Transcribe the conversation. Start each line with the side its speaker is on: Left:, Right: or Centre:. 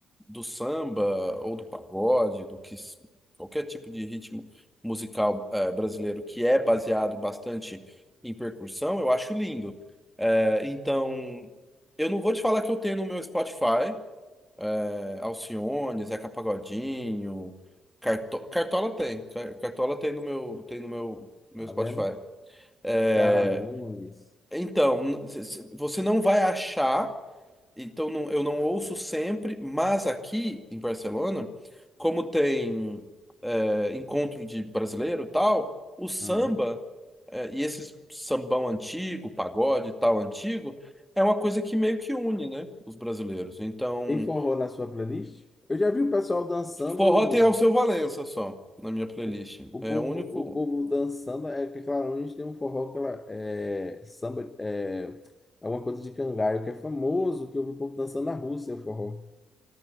Centre: do samba ou do pagode, do que s- qualquer tipo de ritmo musical eh, brasileiro que é baseado bastante em percussão, eu acho lindo. É, Então, eu não vou te falar que eu tenho no meu Spotify, é, Alcione, Zeca Pagodinho, Carto- Cartola tem, Car- Cartola tem no meu, tem no meu, meu
Left: tá
Centre: Spotify.
Left: vendo? Clara
Centre: É,
Left: Nunes.
Centre: Então, n- c- c- você não vai achar, então não- eu não ouço sempre, mas aqui em Barcelona, como tem é, encontro de brasileiro e tal, o samba,
Left: Hum.
Centre: é, e esse sambão antigo, pagode e tal antigo, é uma coisa que meio que une, né, os brasileiros. Então,
Left: Tem forró na sua playlist? Eu já vi o pessoal dançando,
Centre: forró tem Alceu Valença só, na minha playlist.
Left: o, o
Centre: É
Left: povo,
Centre: o único...
Left: o povo dançando, é que Clara Nunes tem um forró que ela é samba, é alguma coisa de cangaio, que é famoso, que eu vi o povo dançando na Rússia, o forró.